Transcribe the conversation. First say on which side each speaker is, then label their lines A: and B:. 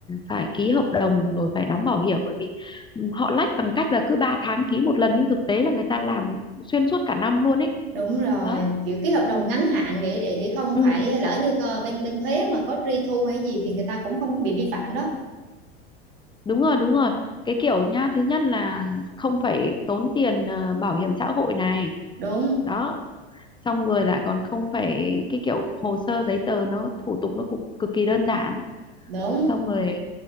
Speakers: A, on the left; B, on the right.
A: phải ký hợp đồng rồi phải đóng bảo hiểm bởi vì họ lách bằng cách là cứ 3 tháng ký một lần nhưng thực tế là người ta làm xuyên suốt cả năm luôn ấy
B: đúng rồi
A: đó
B: kiểu ký hợp đồng
A: ừ
B: ngắn hạn để để để không
A: ừ
B: phải lỡ như co- bên bên thuế mà có truy thu hay gì thì người ta cũng không có bị vi phạm đó
A: đúng rồi đúng rồi cái kiểu nhá thứ nhất là không phải tốn tiền ờ, bảo hiểm xã hội này
B: đúng
A: đó xong rồi lại còn không phải cái kiểu hồ sơ giấy tờ nó thủ tục nó cực, cực kỳ đơn giản
B: đúng
A: xong rồi